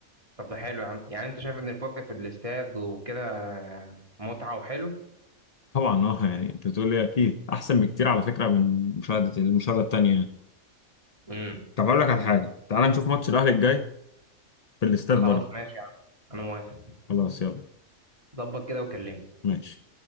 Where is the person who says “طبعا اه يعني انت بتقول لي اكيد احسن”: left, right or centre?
Left